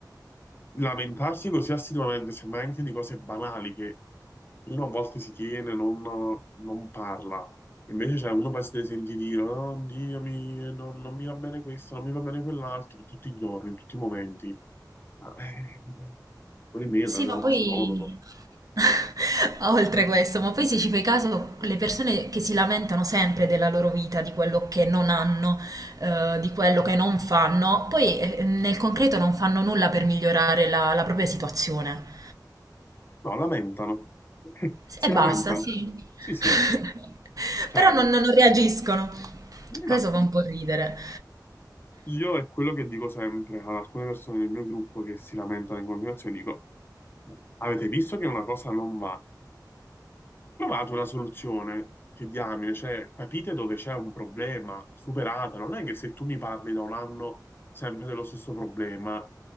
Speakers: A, on the left; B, on the right.
A: lamentarsi così assiduamente, semmai anche di cose banali che uno a volte si tiene, non, non parla. Invece, cioè, uno poi si deve sentire dire, oh, Dio, mi- non, non mi va bene questo, non mi va bene quell'altro, tutti i giorni, in tutti i momenti. Ma, eh, vuol dire,
B: Sì,
A: andare da
B: ma
A: uno
B: poi,
A: psicologo.
B: <laughs> oltre
A: No,
B: questo, ma poi se ci fai caso, le persone che si lamentano sempre della loro vita, di quello che non hanno, eh, di quello che non fanno, poi eh, nel concreto non fanno nulla per migliorare la la propria situazione.
A: lamentano. <laughs>
B: Sì,
A: Si
B: E basta,
A: lamentano.
B: sì.
A: Sì, sì.
B: <laughs>
A: Cioè,
B: Però non, non reagiscono.
A: no.
B: Questo fa un po' ridere.
A: Io è quello che dico sempre ad alcune persone del mio gruppo che si lamentano in continuazione, dico, avete visto che una cosa non va? Trovate una soluzione, che diamine, cioè capite dove c'è un problema, superatelo. Non è che se tu mi parli da un anno sempre dello stesso problema